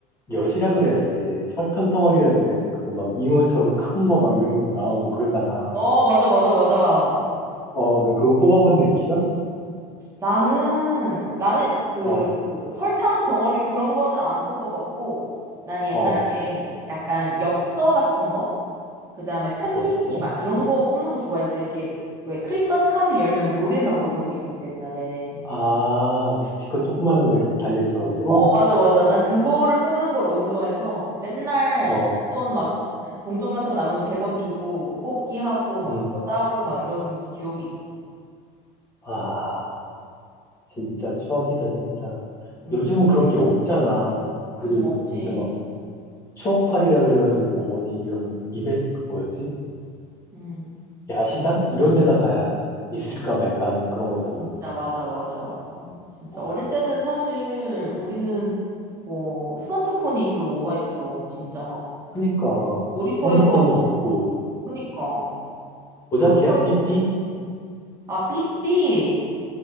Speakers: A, on the left (about 15°); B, on the right (about 20°).
A: 엿이라 그래야 돼. 설탕 덩어리라 그래야 돼. 그거 막 잉어처럼 큰 거 막 이런 것도 나오고 그러잖아.
B: 어, 맞아, 맞아, 맞아.
A: 어, 너 그거 뽑아본 적 있어?
B: 나는, 나는 그,
A: 어,
B: 그 설탕 덩어리 그런 거는 안 뽑아봤고, 난 옛날에
A: 어,
B: 약간 엽서 같은 거? 그 다음에 편지지
A: 없어?
B: 막 이런 거 뽑는 거 좋아했어. 이렇게 왜 크리스마스 카드 열면 노래 나오고 이런 거 있었어, 옛날에.
A: 아, 스피커 조그마한 거 이렇게 달려 있어가지고?
B: 어, 맞아, 맞아. 난 그거를 뽑는 걸 너무 좋아해서 맨날
A: 어,
B: 잔돈 막 동전 같은 거 남으면 100원 주고 뽑기 하고 막
A: 음,
B: 그거 따고 막 이런 기억이 있어.
A: 아. 진짜 추억이다, 진짜.
B: 그러니까
A: 요즘은 그런 게 없잖아. 그,
B: 요즘 없지.
A: 이제 막, 추억팔이라 그래가지고, 뭐, 어디, 이런, 이벤트, 그 뭐였지?
B: 음,
A: 야시장? 이런 데나 가야 있을까 말까 한 그런 거잖아.
B: 진짜 맞아, 맞아, 맞아. 진짜
A: 어.
B: 어릴 때는 사실 우리는 뭐 스마트폰이 있어, 뭐가 있어. 진짜 막
A: 그니까,
B: 놀이터에서
A: 핸드폰도 없고,
B: 그러니까
A: 고작해야
B: 놀이터에서
A: 삐삐?
B: 아, 삐삐.